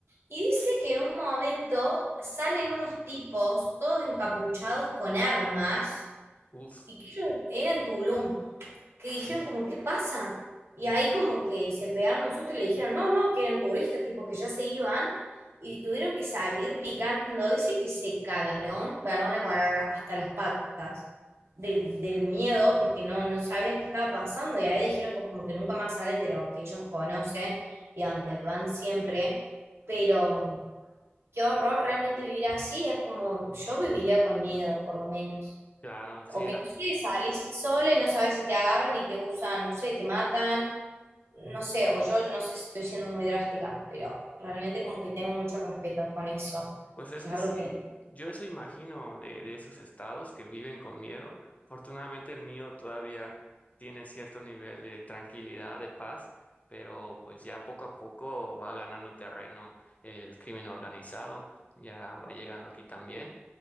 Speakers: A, on the right (about 80°); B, on the left (about 35°).
A: y dice que en un momento salen unos tipos, todos encapuchados con armas,
B: uff
A: y que ellos eran Tulum que dijeron como, ¿qué pasa? Y ahí como que se pegaron un susto y le dijeron, no, no, que eran turistas, tipo que ya se iban y tuvieron que salir picando. Dice que se cagaron, perdón la palabra, hasta las patas de- del miedo porque no, no sabían qué estaba pasando y ahí dijeron como que nunca más salen de lo que ellos conocen y a donde van siempre. Pero qué horror realmente vivir así, es como yo viviría con miedo por lo menos.
B: Claro,
A: O
B: sí,
A: que no sé, salís sola y no sabes si te agarran y te usan, no sé, te matan, no sé, o yo no sé si estoy siendo muy drástica, pero realmente como que tengo mucho respeto con eso,
B: Pues es
A: que
B: que
A: es algo
B: sí,
A: que
B: yo eso imagino de, de esos estados que viven con miedo. Afortunadamente el mío todavía tiene cierto nivel de tranquilidad, de paz, pero pues ya poco a poco va ganando terreno el crimen organizado, ya va llegando aquí también,